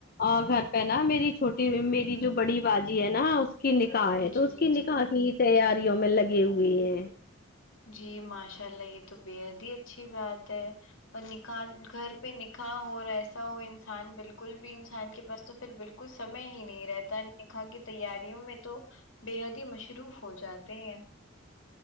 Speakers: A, on the left (about 50°); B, on the left (about 80°).
A: آ گھر پہ نا میری چھوٹی میری جو بڑی باجی ہے نا کی نکاح ہے تو
B: جی
A: اس کی نکاح
B: جی
A: کی تیاریوں میں لگے ہوئے ہیں
B: جی ماشاء اللہ یہ تو بےحد ہی اچھی بات ہے اور نکاح گھر پہ نکاح ہو رہا ہے ایسا وہ انسان بالکل بھی انسان کے پاس تو پھر بالکل کچھ سمے ہی نہیں رہتا نکاح کی تیاریوں میں تو بے حد ہی مشروف ہو جاتے ہیں